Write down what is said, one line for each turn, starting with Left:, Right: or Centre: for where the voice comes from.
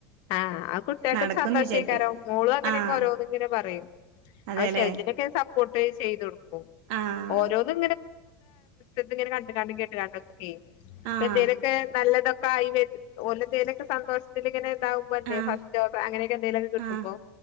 Left: ആഹ്. കുട്ടികള്ക്ക്
Right: നടക്കുംന്ന്
Left: ഒരു സന്തോഷക്കാരോ
Right: വിചാരിക്ക്ണ്ട്
Left: മോളും അങ്ങനെയൊക്കെ
Right: ആഹ്
Left: ഓരോന്ന് ഇങ്ങനെ പറയും.
Right: അതെല്ലേ
Left: അപ്പൊ ചെലതിനൊക്കെ സപ്പോർട്ട് ചെയ്ത് കൊടുക്കും
Right: ആഹ്
Left: ഓ ഓരോന്ന് ഇങ്ങനെ കണ്ട് കാണ്ടുംകേട്ടു കാണ്ടും ഒക്കെ
Right: ആഹ്
Left: എന്തേലൊക്കെ നല്ലതൊക്കെ. ഒക്കെ ആയി വരും ഓല് എന്തേലൊക്കെ സന്തോഷത്തില് ഇങ്ങനെ. ആവുമ്പോല്ലെ
Right: ആഹ്
Left: ഫസ്റ്റ് അങ്ങനൊക്കെ എന്തെലും ഒക്കെ കിട്ടുമ്പോ
Right: ആഹ്